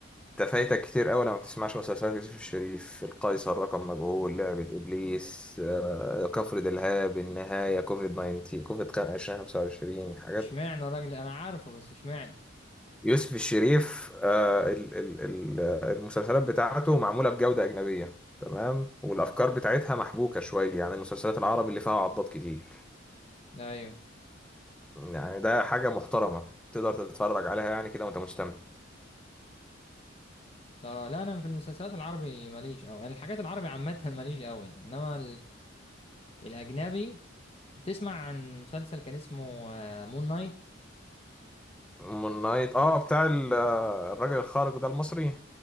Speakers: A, in the centre; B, on the left.
A: انت فايتك كتير قوي لما ما بتسمعش مسلسلات يوسف الشريف القيصر رقم مجهول لعبة ابليس آه، كفر دلهاب النهاية كوفيد 19 كوفيد 2025 حاجات
B: اشمعنى الراجل انا عارفه بس اشمعنى
A: يوسف الشريف آه، ال- ال- ال- المسلسلات بتاعته معمولة بجودة أجنبية تمام والأفكار بتاعتها محبوكة شوية عن المسلسلات العربي اللي فيها عضات كتير
B: ايوه
A: يعني ده حاجة محترمة تقدر تتفرج عليها يعني كده وأنت مستمتع
B: لا لا انا في المسلسلات العربي ماليش قوي يعني الحاجات العربي عامه ماليش قوي انما الاجنبي تسمع عن مسلسل كان اسمه مون نايت
A: مون نايت اه بتاع ال- آه، الراجل الخارق ده المصري